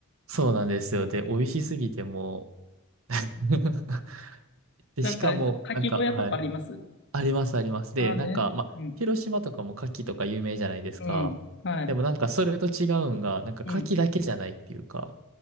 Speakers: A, on the right; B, on the left.
A: そうなんですよ。で、美味しすぎて、もう <laughs> で、
B: なんかあれ、
A: しかも、
B: 牡蠣小屋とかあります。
A: なんか、はい。あります、あります。で、
B: ああね。
A: なんか、まあ、
B: うん。
A: 広島とかも牡蠣とか有名じゃないですか。
B: うん。はい。
A: でもなんか、それと違うんが、なんか牡蠣だけじゃないっていうか。
B: うん。